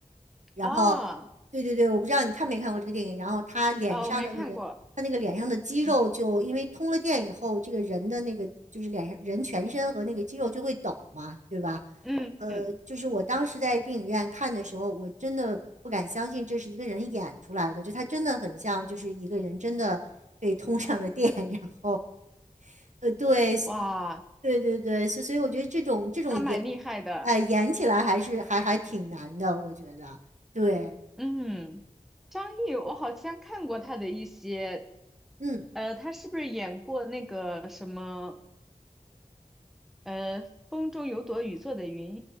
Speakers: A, on the right; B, in the centre.
A: 然后，
B: 哦，
A: 对对对，我不知道你看没看过这个电影。然后他脸上的那个，
B: 呃，我没看过，
A: 他那个脸上的肌肉就因为通了电以后，
B: 嗯
A: 这个人的那个就是脸上人全身和那个肌肉就会抖嘛，对吧？
B: 嗯嗯，
A: 呃，就是我当时在电影院看的时候，我真的不敢相信这是一个人演出来的，就他真的很像，就是一个人真的被通上了电，<laughs> 然后呃，对，
B: 哇，
A: 对对对，所所以我觉得这种这种演，
B: 那蛮厉害的。
A: 哎、演起来还是还还挺难的，我觉得，对。
B: 嗯，张译，我好像看过他的一些，
A: 嗯，
B: 呃，他是不是演过那个什么，呃，《风中有朵雨做的云》，